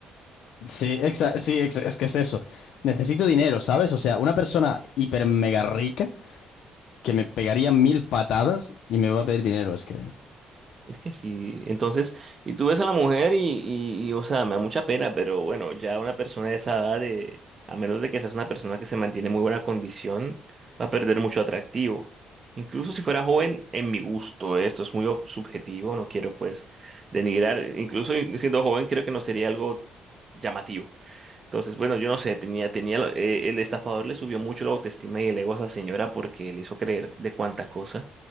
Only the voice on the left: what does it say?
Sí, exa- sí, exa- es que es eso. Necesito dinero, ¿sabes? O sea, una persona hiper mega rica que me pegaría mil patadas y me va a pedir dinero, es que...